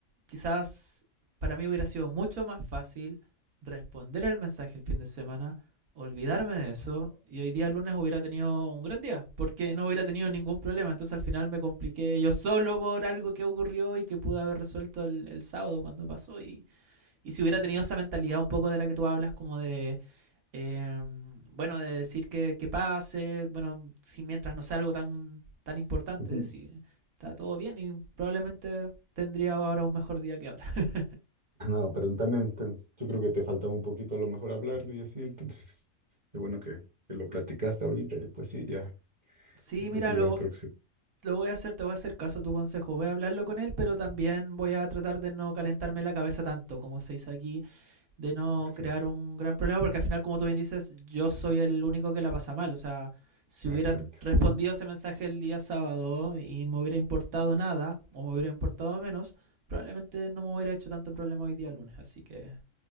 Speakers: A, on the right; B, on the right.
A: quizás para mí hubiera sido mucho más fácil responder el mensaje el fin de semana, olvidarme de eso y hoy día lunes hubiera tenido un gran día porque no hubiera tenido ningún problema. Entonces al final me compliqué yo solo por algo que ocurrió y que pude haber resuelto el, el sábado cuando pasó. Y, y si hubiera tenido esa mentalidad un poco de la que tú hablas, como de eh, bueno, de decir que, que pase, bueno, si mientras no sea algo tan, tan importante,
B: Ujú.
A: si está todo bien y probablemente tendría ahora un mejor día que ahora. <laughs>
B: No, pero también te- yo creo que te faltaba un poquito a lo mejor hablarlo y así, entonces qué bueno que, que lo platicaste ahorita, y pues sí, ya,
A: Sí,
B: creo
A: mira,
B: que
A: lo,
B: yo creo que sí,
A: lo voy a hacer, te voy a hacer caso a tu consejo, voy a hablarlo con él, pero también voy a tratar de no calentarme la cabeza tanto, como se dice aquí, de no
B: exacto,
A: crear un gran problema, porque al final, como tú bien dices, yo soy el único que la pasa mal. O sea, si
B: exacto,
A: hubiera respondido ese mensaje el día sábado y me hubiera importado nada, o me hubiera importado menos, probablemente no me hubiera hecho tanto problema hoy día lunes. Así que